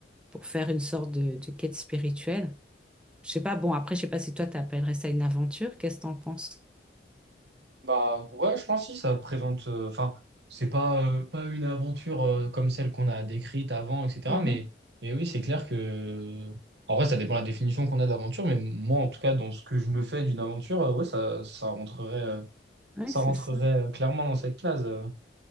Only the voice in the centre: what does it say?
pour faire une sorte de, de quête spirituelle. Je sais pas, bon, après, je sais pas si toi, tu appellerais ça une aventure. Qu'est-ce que tu en penses?
Mhm.
Oui,
c'est
ça.